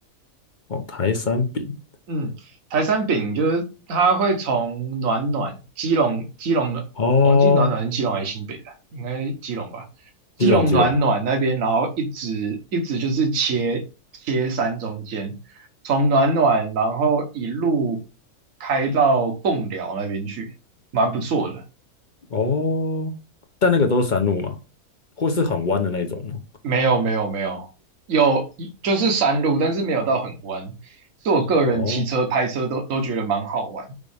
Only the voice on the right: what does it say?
嗯，台山饼就是它会从暖暖基隆基隆的，
我忘记暖暖是基隆还是新北的，应该是基隆吧？基隆暖暖那边，
然后一直一直就是切切山中间，从暖暖然后一路开到贡寮那边去，蛮不错的。
没有没有没有，有就是山路，但是没有到很弯。是我个人骑车、
拍车都都觉得蛮好玩。